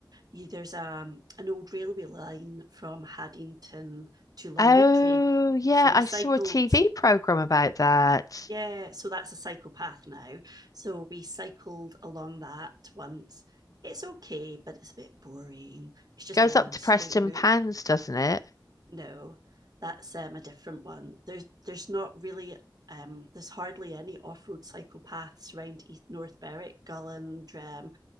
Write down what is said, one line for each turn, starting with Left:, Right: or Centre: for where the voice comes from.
Right: You, there's um, an old railway line from Haddington to Longniddry.
Left: Oh, yeah,
Right: So we
Left: I
Right: cycled.
Left: saw a TV program about that.
Right: Yeah, so that's a cycle path now. So we cycled along that once. It's okay, but it's a bit boring. It's just
Left: Goes
Right: a long
Left: up to
Right: straight
Left: Preston
Right: route.
Left: Pans, doesn't it?
Right: No, that's um, a different one. There's there's not really um, there's hardly any off-road psychopaths around East North Berwick, Gulland, um,